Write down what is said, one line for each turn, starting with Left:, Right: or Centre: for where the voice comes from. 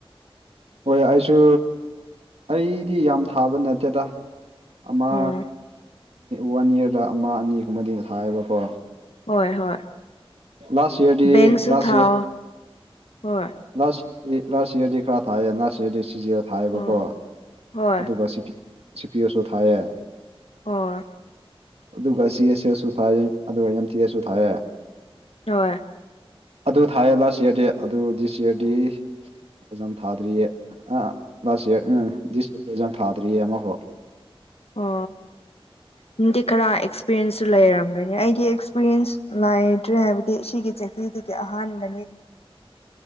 Right: ꯍꯣꯏ ꯑꯩꯁꯨ ꯑꯩꯗꯤ ꯌꯥꯝ ꯊꯥꯕ ꯅꯠꯇꯦꯗ ꯑꯃ
Left: ꯎꯝ
Right: ꯋꯥꯟ ꯏꯌꯥꯔꯗ ꯑꯃ ꯑꯅꯤꯒꯨꯝꯕꯗꯤ ꯊꯥꯏꯕꯀꯣ
Left: ꯍꯣꯏ ꯍꯣꯏ
Right: ꯂꯥꯁ ꯌꯔꯗꯤ
Left: ꯕꯦꯡꯁꯨ
Right: ꯂꯥꯁ
Left: ꯊꯥꯎ
Right: ꯌꯔ
Left: ꯍꯣꯏ
Right: ꯂꯥꯁ ꯏꯌꯔꯗꯤ ꯂꯥꯁ ꯏꯌꯔꯗꯤ ꯈꯔ ꯊꯥꯏꯌꯦ ꯂꯥꯁ ꯏꯌꯔꯗꯤ ꯁꯤ ꯖ ꯊꯥꯏꯌꯦꯕꯀꯣ
Left: ꯎꯝ ꯍꯣꯏ
Right: ꯑꯗꯨꯒ ꯁꯤ ꯄꯤ ꯁꯤ ꯄꯤ ꯌꯦꯁ ꯁꯨ ꯊꯥꯏꯌꯦ
Left: ꯑꯣ
Right: ꯑꯗꯨꯒ ꯁꯤ ꯑꯦꯁ ꯑꯦꯁ ꯁꯨ ꯊꯥꯏꯌꯦ ꯑꯗꯨꯒ ꯑꯦꯝ ꯇꯤ ꯑꯦꯁ ꯁꯨ ꯊꯥꯏꯌꯦ
Left: ꯍꯣꯏ
Right: ꯑꯗꯨ ꯊꯥꯏꯌꯦ ꯂꯥꯁ ꯏꯌꯔꯗꯤ ꯑꯗꯨ ꯗꯤꯁ ꯏꯌꯔꯗꯤ ꯑꯦꯛꯖꯥꯝ ꯊꯥꯗ꯭ꯔꯤꯌꯦ ꯑ ꯂꯥꯁ ꯏꯌꯔ ꯎꯝ ꯗꯤꯁ ꯏꯌꯔ ꯑꯦꯛꯖꯝ ꯊꯥꯗ꯭ꯔꯤꯌꯦ ꯑꯃꯕꯨꯛ
Left: ꯑꯣ ꯑꯗꯨꯗꯤ ꯈꯔ ꯑꯦꯛꯁꯄꯤꯔꯤꯌꯦꯟꯁꯁꯨ ꯂꯩꯔꯝꯒꯅꯤ ꯑꯩꯗꯤ ꯑꯦꯛꯁꯄꯤꯔꯤꯌꯦꯟꯁ ꯅꯥꯏꯗ꯭ꯔꯦ ꯍꯥꯏꯕꯗꯤ ꯁꯤꯒꯤ ꯆꯍꯤꯗꯨꯗꯤ ꯑꯍꯥꯟꯕꯅꯤ